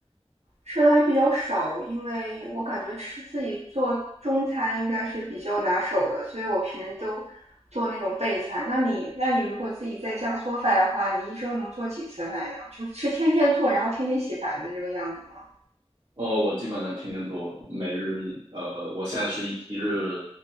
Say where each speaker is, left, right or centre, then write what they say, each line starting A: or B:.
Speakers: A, on the right; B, on the right.
A: 吃的还比较少，因为我感觉吃自己做中餐应该是比较拿手的，所以我平时都做那种备餐。那你那你如果自己在家做饭的话，你一周能做几次饭呀？就是是天天做，然后天天洗盘子这个样子吗？
B: 呃，我基本上天天做，每日呃，我现在是一一日，